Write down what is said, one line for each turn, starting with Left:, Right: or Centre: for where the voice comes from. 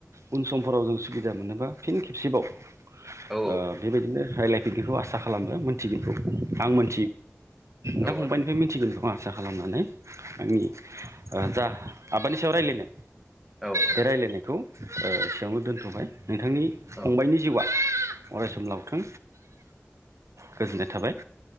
Right: उन समफोराव जों सुबिदा मोनोबा फिन खेबसेबाव‌।
Centre: औ
Right: ओ बेबायदिनो राय्लाय। बिदिखौ आसा खालामो। <unintelligible> आं मोन। दा
Centre: आदा
Right: फंबनिफ्राय मिथिगौ। बेखौ आं आसा खालामनानै आंनि जा आबादनि सायाव रायज्लायनो।
Centre: औ आदा औ औ
Right: बे राय्लायनायखौ। एसेबांनो दोनथ बाय। नोंथांनि फंबायाइनि
Centre: औ
Right: जिउआ। अरायस लावथों। गोजोननाय थाबाय।